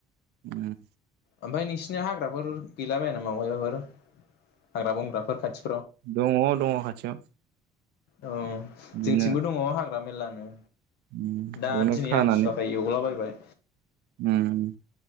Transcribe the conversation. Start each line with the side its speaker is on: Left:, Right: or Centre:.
Right: उम
Left: ओमफ्राय नोंसिनिया हाग्राफोर गैलाबायानो बहायबाफोर हाग्रा बंग्राफोर खाथि
Right: दङ दङ खाथियाव।
Left: औ
Right: बिदिनो
Left: जोंथिंबो दङ हाग्रा मेलला। ओ
Right: उम बेयावनो
Left: दा दिनै
Right: खानानै
Left: आमतिसुवाखाय एवलाबायबाय
Right: उम